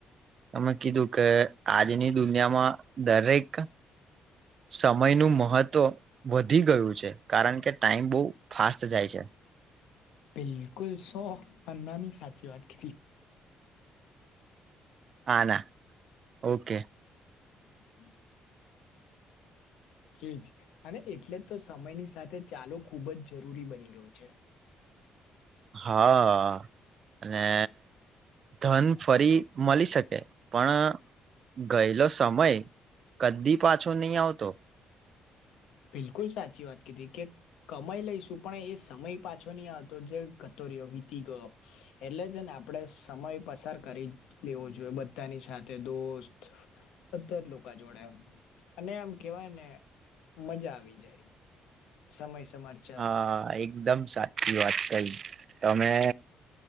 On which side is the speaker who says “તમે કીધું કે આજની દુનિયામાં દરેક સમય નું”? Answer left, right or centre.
Right